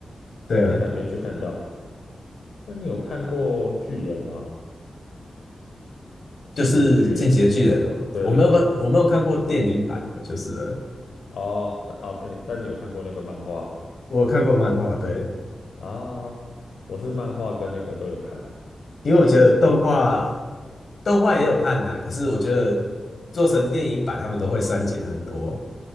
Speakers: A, on the left (about 65°); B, on the left (about 85°).
A: 对啊，
B: 没看没去看到。那你有看过巨人吗？进击的巨人，
A: 就是《进击的巨人》哦，
B: 对对对，
A: 我没有看，我没有看过电影版的，就是了
B: 哦，但哦，对，但你有看过那个漫画
A: 我有看过漫画，对，
B: 啊？我是漫画跟那个都有看，
A: 因为我觉得动画动画也有看呐、可是我觉得做成电影版，他们都会删减很多，